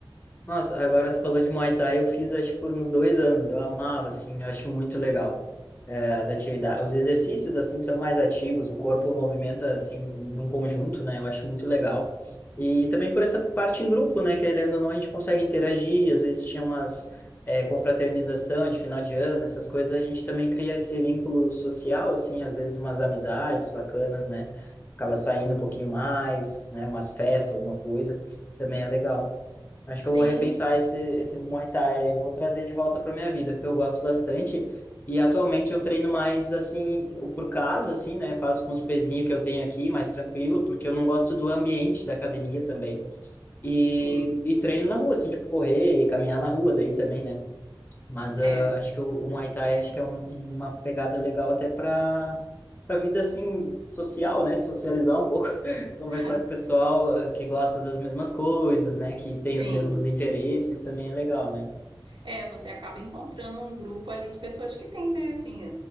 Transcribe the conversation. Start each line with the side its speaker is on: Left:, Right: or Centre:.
Left: Nossa, agora tu falou de Muay Thai, eu fiz acho por uns dois anos, eu amava, assim, eu acho muito legal. É, as atividades, os exercícios, assim, são mais ativos, o corpo movimenta, assim, num conjunto, né, eu acho muito legal. E também por essa parte em grupo, né, querendo ou não, a gente consegue interagir, às vezes tinha umas é, confraternização de final de ano, essas coisas, a gente também cria esse vínculo social, assim, às vezes umas amizades bacanas, né, acaba saindo um pouquinho mais, né, umas festas, alguma coisa, também é legal. Acho
Right: Sim,
Left: que eu vou repensar esse, esse do Muay Thai e vou trazer de volta para minha vida, porque eu gosto bastante. E atualmente eu treino mais assim, por casa, assim, né? Faço com os pezinhos que eu tenho aqui, mais tranquilo, porque eu não gosto do ambiente da academia também. E,
Right: sim,
Left: e treino na rua, assim, tipo, correr, caminhar na rua daí também, né? Mas ah,
Right: é.
Left: acho que o, o Muay Thai acho que é um- uma pegada legal até para para vida assim social, né? Socializar um pouco, <laughs> conversar
Right: <laughs>
Left: com o pessoal ah, que gosta das mesmas coisas, né? Que
Right: Sim,
Left: tem os mesmos interesses também é legal, né?
Right: é, você acaba encontrando um grupo ali de pessoas que têm, né, assim,